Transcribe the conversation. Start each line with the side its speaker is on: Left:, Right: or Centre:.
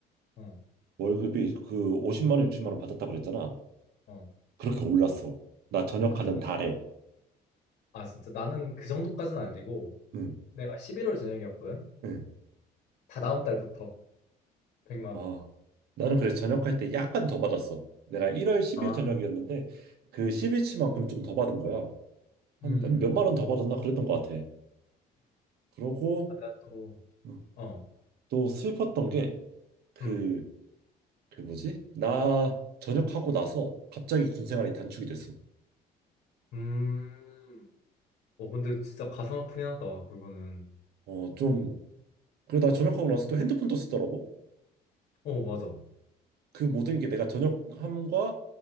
Left: 어
Right: 월급이 그 50만 원, 60만 원 받았다 그랬잖아.
Left: 어
Right: 그렇게 올랐어. 나 전역하는
Left: 아
Right: 달에.
Left: 아 진짜 나는 그 정도까지는 아니고
Right: 응,
Left: 내가 11월 저녁이었거든
Right: 응.
Left: 다 다음 달부터 100만
Right: 아,
Left: 원
Right: 나는 그래서 전역할 때 약간 더 받았어. 내가 1월 10일
Left: 아,
Right: 전역이었는데, 그 10일치만큼 좀 더 받은 거야. 한,
Left: 음,
Right: 한 몇만 원 더 받았나 그랬던 것 같아. 그러고,
Left: 아, 내가 또,
Right: 응.
Left: 어,
Right: 또 슬펐던 게, 그
Left: 음,
Right: 그 뭐지? 나 전역하고 나서 갑자기 군 생활이 단축이 됐어.
Left: 음, 어, 근데 진짜 가슴 아프긴 하다, 그거는.
Right: 어, 좀 그리고 나 전역하고 나서 또 핸드폰도 쓰더라고.
Left: 어, 맞아.
Right: 그 모든 게 내가 전역함과